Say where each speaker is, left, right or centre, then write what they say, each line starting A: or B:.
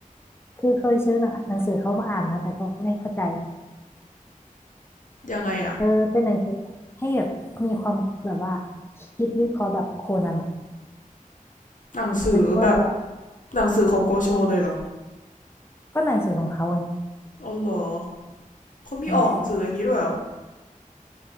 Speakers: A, on the left; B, on the left.
A: คือเคยซื้อหนังหนังสือเขามาอ่านนะแต่ก็ไม่เข้าใจ
B: ยังไงอะ
A: เออเป็นหนังสือแบบให้แบบมีความแบบว่าคิดวิเคราะห์แบบโคนันอ่ะ
B: หนังสือแบบ
A: มันก็จะ
B: หนังสือของโกโชเลยเหรอ
A: ก็หนังสือของเขาไง
B: อ๋อเหรอเขามีออกหนังสืออย่างนี้ด้วยเหรอ
A: อ่า